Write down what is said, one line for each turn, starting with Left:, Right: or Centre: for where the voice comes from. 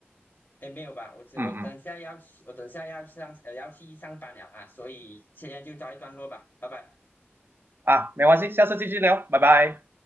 Left: 哎，没有吧？我只我等下要去，
Right: 嗯嗯
Left: 我等下要上呃要去上班了啊，所以现在就告一段落吧，拜拜。
Right: 啊，没关系，下次继续聊，拜拜。